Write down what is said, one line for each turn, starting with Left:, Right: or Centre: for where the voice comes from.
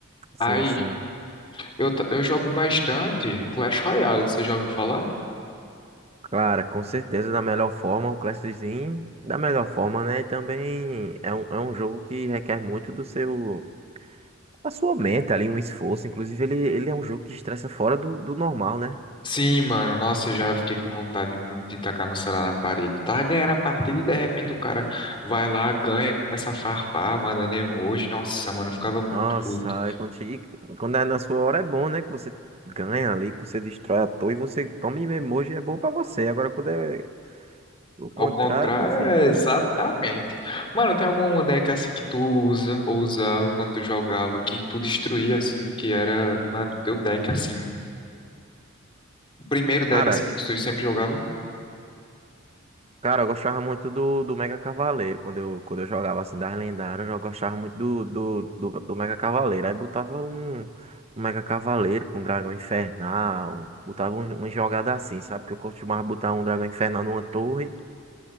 Right: Sim,
Left: Aí
Right: sim.
Left: Eu, ta- eu jogo bastante Clash Royale, você já ouviu falar?
Right: Claro, com certeza, da melhor forma, o Clash da melhor forma, né? E também é um, é um jogo que requer muito do seu, da sua mente ali, um esforço. Inclusive, ele, ele é um jogo que estressa fora do, do normal, né?
Left: Sim, mano, nossa, eu já fiquei com vontade muito de tacar meu celular na parede. Tava ganhando a partida e de repente o cara vai lá, ganha, começa a farpar, mandando emoji. Nossa, mano, eu ficava muito
Right: Nossa,
Left: puto.
Right: aí quando, chega- e quando é na sua hora é bom, né? Que você ganha ali, que você destrói a torre, você toma em emoji, é bom pra você. Agora, quando é o contrário,
Left: Ao contrário,
Right: meu filho.
Left: é exatamente. Mano, tem alguma deck assim que tu usa ou usava quando tu jogava que tu destruía assim, que era, mano, teu deck assim, o primeiro deck
Right: Cara,
Left: assim que tu sempre jogava?
Right: Cara, eu gostava muito do, do Mega Cavaleiro. Quando eu, quando eu jogava assim das lendárias, eu gostava muito do, do, do, do Mega Cavaleiro. Aí botava um, um Mega Cavaleiro com um Dragão Infernal. Botava um, um jogada assim, sabe? Porque eu costumava botar um Dragão Infernal numa torre